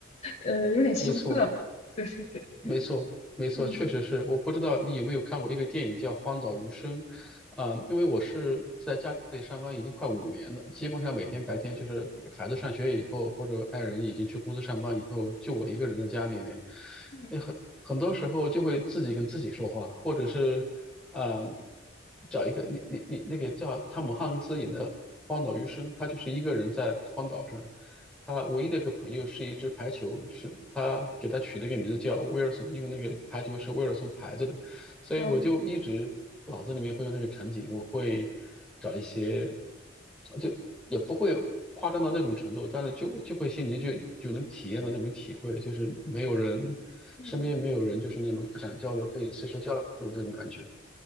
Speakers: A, on the left; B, in the centre.
A: 呃，有点羞涩了，
B: 没错。
A: 对对对，
B: 没错，没错，
A: 嗯
B: 确实是。我不知道你有没有看过一个电影叫《荒岛余生》，啊、因为我是在家里上班已经快五年了，基本上每天白天就是孩子上学以后，或者爱人已经去公司上班以后，就我一个人在家里面，
A: 嗯，
B: 那很很多时候就会自己跟自己说话，或者是啊、找一个你你你那个叫汤姆汉克斯演的《荒岛余生》，他就是一个人在荒岛上，他唯一的一个朋友是一只排球，是他给他取了一个名字叫威尔森，因为那个排球是威尔森牌子的，所以我就一直脑子里面会有那个场景，
A: 然后
B: 我会找一些，就也不会夸张到那种程度，但是就就会心里就就能体验到那种体会，就是没有人身边没有人，
A: 嗯
B: 就是那种想交流可以随时交流的这种感觉。